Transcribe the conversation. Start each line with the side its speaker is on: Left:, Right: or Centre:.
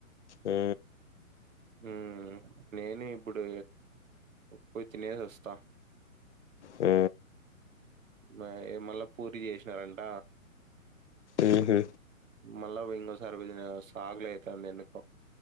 Left: హు
Right: హు నేను ఇప్పుడు పోయి తినేసి వస్తా
Left: ఉ
Right: మ మల్ల పూరి చేసినాడు అంట
Left: ఊహు
Right: మళ్ళా వింగోసారిపో సాగులు అయితాంది ఎందుకో